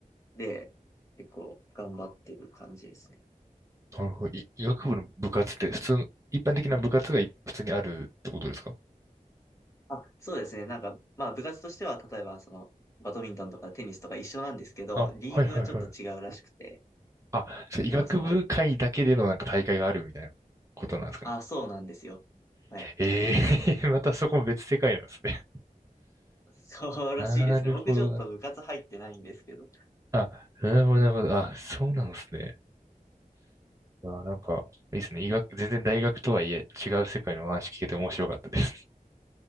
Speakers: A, on the left (about 20°); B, on the right (about 20°).
A: で結構頑張ってる感じですね。
B: なるほど。い医学部の部活って普通の、一般的な部活がい普通にあるってことですか
A: あ、そうですね。なんか、まあ部活としては例えばそのバドミントンとかテニスとか一緒なんですけど、
B: あ、
A: リーグはちょっと違うらしくて、
B: はいはいはい。あ、そう、医学部会だけでのなんか大会があるみたいなことなんですかね。
A: なんかその、あ、そうなんですよ。はい。
B: ええ <laughs> またそこも別世界なんですね。
A: そうらしいですね。
B: <laughs> なるほどな。
A: 僕ちょっと部活入ってないんですけど。
B: あ、なるほどなるほど。あ、そうなんですね。あ、なんか、いいですね。医学、全然大学とはいえ違う世界の話聞けて面白かったです。